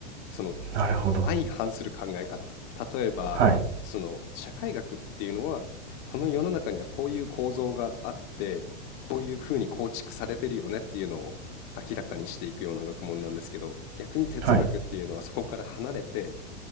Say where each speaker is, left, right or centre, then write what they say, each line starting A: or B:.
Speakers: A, on the left; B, on the right.
A: その
B: なるほど。
A: 相反する考え方例えばその社会学っていうのはこの世の中にはこういう構造があってこういうふうに構築されてるよねっていうのを明らかにしていくような学問なんですけど逆に哲学っていうのはそこから離れて
B: はい。はい。